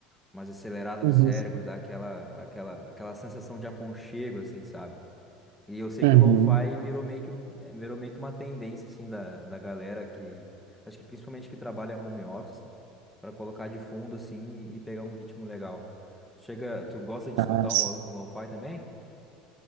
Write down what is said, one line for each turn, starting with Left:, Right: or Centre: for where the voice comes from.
Centre: mais acelerada
Right: Uhum.
Centre: no cérebro, dar aquela aquela aquela sensação de aconchego assim, sabe? E eu sei
Right: Uhum.
Centre: que o lo-fi virou meio que, um- eh, virou meio que uma tendência, assim, da, da galera que... Acho que principalmente que trabalha home office, para colocar de fundo, assim, e, e pegar um ritmo legal. Chega... Tu gosta de
Right: Ah,
Centre: escutar
Right: sim.
Centre: um, lo- um lo-fi também?